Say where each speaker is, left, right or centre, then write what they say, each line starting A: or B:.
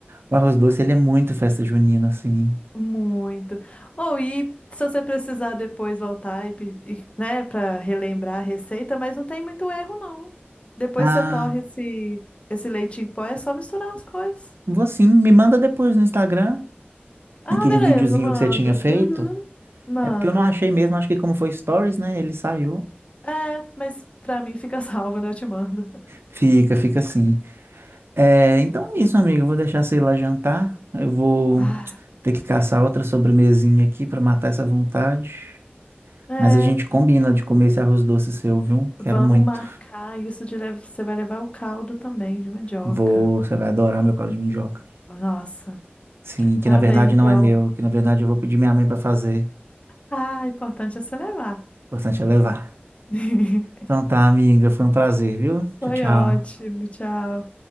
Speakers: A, on the right; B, on the left.
A: o arroz doce ele é muito festa junina, assim.
B: Muito. Ou e se você precisar depois voltar e, pe- e, né, para relembrar a receita, mas não tem muito erro, não. Depois
A: Ah,
B: você torre esse, esse leite em pó, é só misturar as coisas.
A: vou sim, me manda depois no Instagram
B: Ah,
A: aquele
B: beleza,
A: videozinho
B: mando.
A: que você tinha feito.
B: Uhum, mando.
A: É porque eu não achei mesmo, acho que como foi stories, né? Ele saiu.
B: É, mas pra mim fica <laughs> salvo, né? Eu te mando.
A: Fica, fica assim. É, então é isso, amigo. Eu vou deixar você ir lá jantar. Eu vou
B: Ah,
A: ter que caçar outra sobremesinha aqui para matar essa vontade.
B: É,
A: Mas a gente combina de comer esse arroz doce seu, viu?
B: vamos
A: Quero muito.
B: marcar isso de lev- você vai levar o caldo também de mandioca.
A: Vou, você vai adorar meu caldo de mandioca.
B: Nossa,
A: Sim, que
B: tá
A: na verdade
B: bem então.
A: não é meu, que na verdade eu vou pedir minha mãe para fazer.
B: Ah, importante é você levar.
A: O importante é levar.
B: <laughs>
A: Então tá, amiga, foi um prazer, viu?
B: Foi
A: Tchau, tchau.
B: ótimo, tchau.